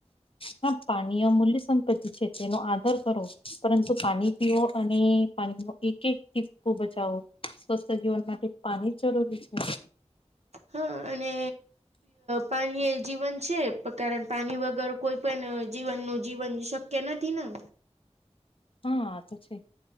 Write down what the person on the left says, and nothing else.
હા પાણીયમૂલ્ય સંપત્તિ છે તેનો આદાર કરો પરંતુ પાણી પીઓ અને પાણી ન એક એક ટીપકું બચાવો સ્વસ્થ જીવન માટે પાણી જ જરૂરી છે.
હા આ તો છે.